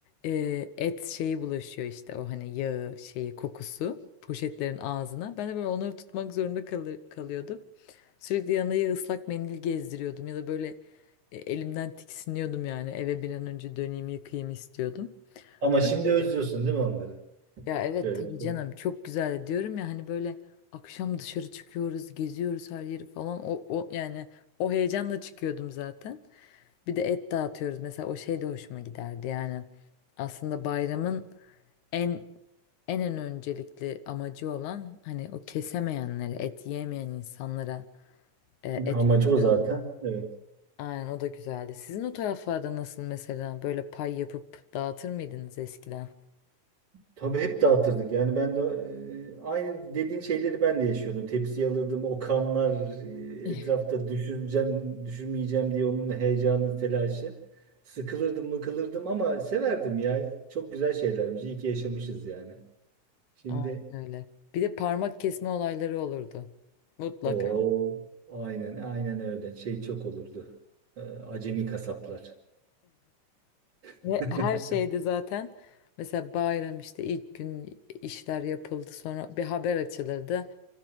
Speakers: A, on the left; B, on the right.
A: e, et şeyi bulaşıyor işte o hani yağı şeyi kokusu poşetlerin ağzına. Ben de böyle onları tutmak zorunda kalı- kalıyordum. Sürekli yanına ya ıslak mendil gezdiriyordum ya da böyle e, elimden tiksiniyordum yani eve bir an önce döneyim yıkayayım istiyordum.
B: Ama
A: Öyleydi.
B: şimdi özlüyorsun değil mi onları?
A: Ya evet
B: Şöyle
A: tabii
B: bir şey.
A: canım çok güzeldi diyorum ya hani böyle akşam dışarı çıkıyoruz geziyoruz her yeri falan o, o yani o heyecanla çıkıyordum zaten. Bir de et dağıtıyoruz. Mesela o şey de hoşuma giderdi. Yani aslında bayramın en en en öncelikli amacı olan hani o kesemeyenlere, et yiyemeyen insanlara e, et
B: Amacı
A: veriyor.
B: o zaten. Evet.
A: Aynen o da güzeldi. Sizin o taraflarda nasıl mesela böyle pay yapıp dağıtır mıydınız eskiden?
B: Tabii hep dağıtırdık. Yani ben de e, aynı dediğin şeyleri ben de yaşıyordum. Tepsi alırdım. O kanlar
A: <laughs>
B: e, etrafta düşüreceğim, düşürmeyeceğim diye onun heyecanı, telaşı. Sıkılırdım, mıkılırdım ama severdim ya. Çok güzel şeylermiş. İyi ki yaşamışız yani. Şimdi
A: Aynen öyle. Bir de parmak kesme olayları olurdu. Mutlaka.
B: o aynen aynen öyle. Şey çok olurdu. E, acemi kasaplar. <laughs>
A: Ve her şeyde zaten mesela bayram işte ilk gün işler yapıldı sonra bir haber açılırdı.